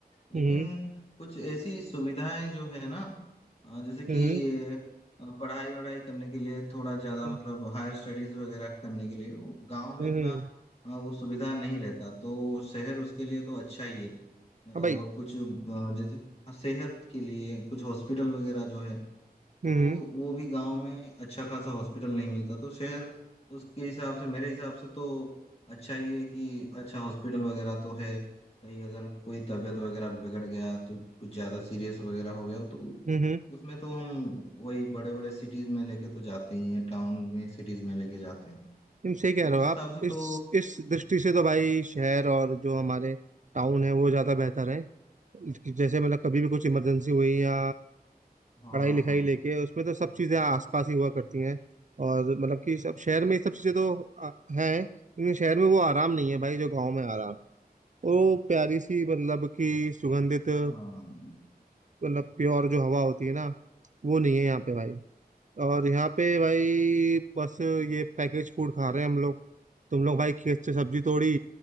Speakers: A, on the left; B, on the right.
A: लेकिन
B: हम्म
A: कुछ ऐसी सुविधाएं जो है ना अ, जैसे
B: हम्म
A: कि अ, पढ़ाई वढ़ाई करने के लिए थोड़ा ज्यादा
B: हम्म
A: मतलब हायर स्टडीज वगैरह करने के लिए वो गांव में
B: हम्म
A: इतना अ, वो सुविधा नहीं रहता तो शहर उसके लिए तो अच्छा ही है
B: हाँ भाई
A: और कुछ अ, जैसे सेहत के लिए कुछ हॉस्पिटल वगैरह जो है तो
B: हम्म
A: वो भी गांव में अच्छा खासा हॉस्पिटल नहीं मिलता तो शहर उसके हिसाब से मेरे हिसाब से तो अच्छा ही है कि अच्छा हॉस्पिटल वगैरह तो है कहीं अगर कोई तबीयत वगैरह बिगड़ गया तो कुछ ज्यादा सीरियस वगैरह हो गया तो
B: हम्म
A: उसमें तो हम वही बड़े बड़े सिटीज में लेके तो जाते ही हैं टाउन में सिटीज में लेके जाते हैं
B: तुम सही कह
A: तो
B: रहे
A: उस
B: हो
A: हिसाब
B: आप
A: से
B: इस
A: तो
B: इस दृष्टि से तो भाई शहर और जो हमारे टाउन है वो ज्यादा बेहतर है जैसे मतलब कभी भी कुछ इमरजेंसी हुई या
A: हाँ
B: पढ़ाई लिखाई
A: हाँ
B: लेके उसमें तो सब चीजें आसपास ही हुआ करती हैं और मतलब कि सब शहर में ये सब चीजें तो आ, हैं लेकिन शहर में वो आराम नहीं है भाई जो गाँव में आराम वो प्यारी सी मतलब कि सुगंधित प्यु-
A: हाँ
B: मतलब प्योर जो हवा होती है ना वो नहीं है यहाँ पे भाई और यहाँ पे भाई बस ये पैकेज फूड खा रहे हैं हम लोग तुम लोग भाई खेत से सब्जी तोड़ी